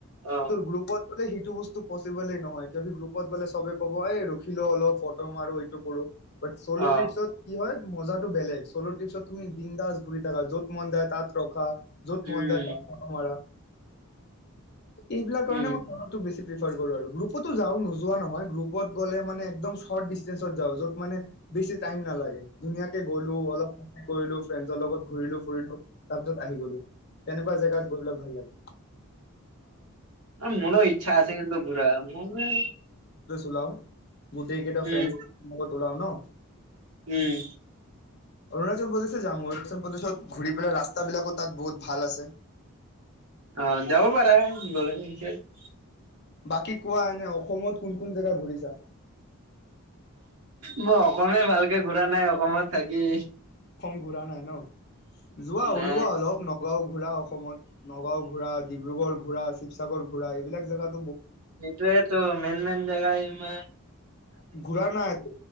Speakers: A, on the right; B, on the left.
A: অ
B: গ্ৰুপত বোলে সেইটো বস্তু পচিবলেই নহয় যদি গ্ৰুপত গ'লে চবে ক'ব এই ৰখিলও অলপ ফটো মাৰো। নকৰোঁ। বাট চ'লো
A: অ
B: ট্ৰিপছত কি হয় মজা টো বেলেগ চ'ল টপছত তুমি বন্দাস ঘূৰি থাকা য'ত মন যায় তাত ৰখা। য'ত
A: উম
B: মন যাই ত'ত ফটো মৰা এইবিলাক কাৰণে
A: উম
B: মই মনতো বেছি গ্ৰুপটো যাওঁ নোযোৱা নহয়, গ্ৰুপত গলে একদম স্বৰ্ত ডিচ যওঁ যত মানে বেছি টাইম নালাগে। ধুনীয়াকে গলো অলপ কৰিলো ফ্ৰেণ্ডছৰ লগত ঘূৰিলো ফুৰিলো তাৰপিছত আহি গলো তেনেকুৱা জেগাত গলে ভাল লাগে
A: মোৰো ইচ্ছা আছে কিন্তু ঘূৰা মই
B: ওলাও। <inaudible> গোটেই কেইটা
A: উম
B: ফ্ৰে উলাও ন
A: উম
B: অৰুণাচল প্ৰদেশে যাম অৰুণাচল প্ৰদেশত ঘূৰি পেলাই ৰাস্তাাবলাকো তাত বহুত ভাল আছে।
A: অ, যাব পাৰা গলেত <unintelligible>
B: বাকী কোৱা এনে অসমত কোন-কোন জেগা ঘূৰিছা?
A: মই অসমে ভালকে ঘুৰা নাই অসমত থাকি।
B: উৰা নাই ন যোৱা
A: নাই
B: ওলোৱা অলপ ন নগাঁও ঘূৰা অসমত, নগাঁও ঘূৰা, ডিব্ৰুগড় ঘূৰা, শিৱসাগৰ ঘূৰা, এইবিলাক জেগাত
A: সেইটোৱেটো মেইন মেইন জেগ অ'।
B: ঘূৰা নাই,